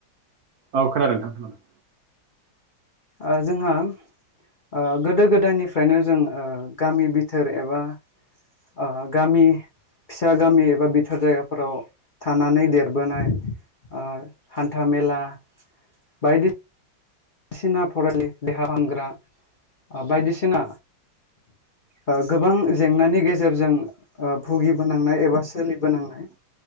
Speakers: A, on the right (about 60°); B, on the left (about 50°).
A: औ खोनादों नोंथां खोनादों।
B: ओ जोंहा। ओ गोदो गोदायनिफ्रायनो जों ओ गामि बिथोर एबा ओ गामि फिसा गामि एबा बिथोर जायगाफोराव थानानै देरबोनाय ओ हान्थामेला बायदि सिना फरायलि देहा फाहामग्रा बायदिसिना। ओ गोबां जेंनानि गेजेरजों। ओ भुगिबोनांनाय एबा सोलिबोनांनाय।